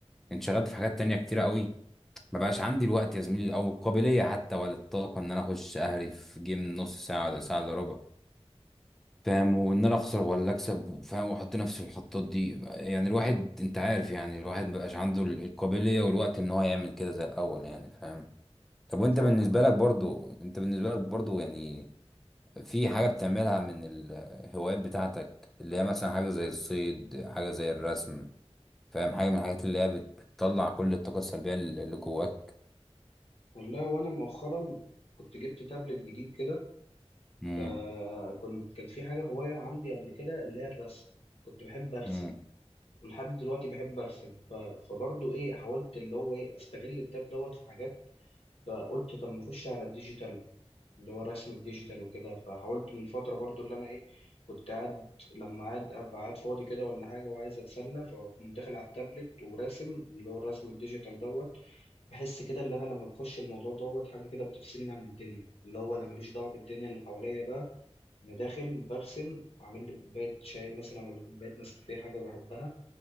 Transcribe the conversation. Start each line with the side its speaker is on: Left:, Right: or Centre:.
Centre: انشغلت في حاجات تانية كتيرة قوي ما بقاش عندي الوقت يا زميلي او القابليه حتى ولا الطاقه ان انا اخش اهري في جيم نص ساعه ولا ساعه الا ربع فاهم وان انا اخسر ولا اكسب فاهم واحط نفسي في الحطات دي يعني الواحد انت عارف يعني الواحد مبقاش عنده ال- القابليه والوقت ان هو يعمل كده زي الاول يعني فاهم طب وانت
Left: فاهمك
Centre: بالنسبه
Left: اه
Centre: لك برضو انت بالنسبه لك برضو يعني في حاجه بتعملها من الهوايات بتاعتك اللي هي مثلا حاجه زي الصيد حاجه زي الرسم فاهم حاجه من الحاجات اللي هي بت- بتطلع كل الطاقه السلبيه اللي اللي جواك
Left: والله وانا مؤخرا كنت جبت تابلت جديد كده
Centre: امم
Left: فكنت كان في حاجه هوايه عندي قبل كده اللي هي الرسم كنت بحب ارسم
Centre: امم
Left: ولحد دلوقتي بحب ارسم ف... فبرضه ايه حاولت اللي هو ايه استغل التاب دوت في حاجات فقلت طب ما اخش على الديجيتال اللي هو الرسم الديجيتال وكده فحاولت من فترة برضو اللي أنا إيه كنت قاعد لما قاعد أبقى قاعد فاضي كده ولا حاجة وعايز أتسلى فأقوم داخل على التابلت وراسم اللي هو الرسم الديجيتال دوت بحس كده اللي أنا لما بخش الموضوع دوت حاجة كده بتفصلني عن الدنيا اللي هو أنا ماليش دعوة بالدنيا اللي حواليا بقى أنا داخل برسم عامل لي كوباية شاي مثلا ولا كوباية نسكافيه حاجة بحبها